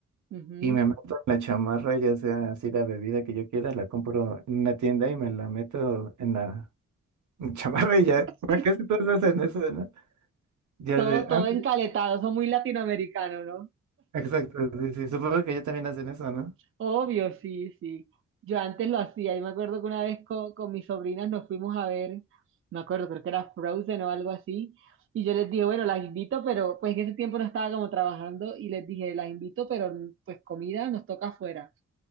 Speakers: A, on the right; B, on the right.
A: Ujú.
B: y me meto en la chamarra, ya sea así la bebida que yo quiera, la compro en una tienda y me la meto en la <laughs> chamarra y ya,
A: <laughs>
B: bueno, casi todos hacen eso, ¿no? Ya
A: Todo,
B: de, antes,
A: todo encaletado, son muy latinoamericanos, ¿no?
B: exacto, sí, sí, supongo que ya también hacen eso, ¿no?
A: Obvio, sí, sí. Yo antes lo hacía, yo me acuerdo que una vez co- con, mis sobrinas nos fuimos a ver, me acuerdo, creo que era Frozen o algo así, y yo les dije, bueno, las invito, pero pues en ese tiempo no estaba como trabajando, y les dije, las invito, pero pues comida nos toca afuera.